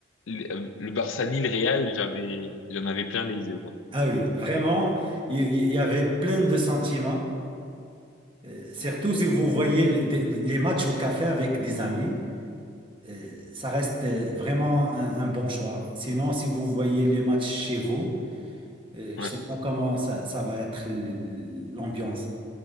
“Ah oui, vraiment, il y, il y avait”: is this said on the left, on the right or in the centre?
Right